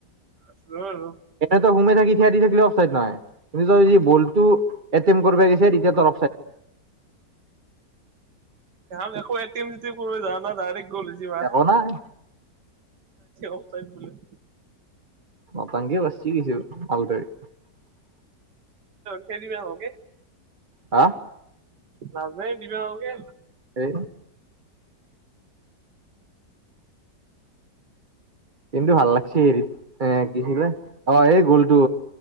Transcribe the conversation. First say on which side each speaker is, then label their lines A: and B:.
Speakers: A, on the right; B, on the right.
A: আছিলো আৰু
B: এনেতো ঘুমি থাকি দি থাকিলে অফছাইড নহয় যদি বলটো এটেম কৰিব গেছি তেতিয়া তাৰ
A: তাহঁত একো এটেম-চেটেম কৰবা যোৱা নাই, ডাইৰেক্ট গল যিবা
B: একো নাই
A: অফ ছাইড বুলে।
B: নটংকি কৰছে কিছু! !!!!!!!!!
A: খেলিবা ভালকে
B: হা
A: নাজনে দিবা নালগে
B: সে কিন্ত ভাল লাগছি হৰিত কিছিলে
A: উম
B: এই গলটো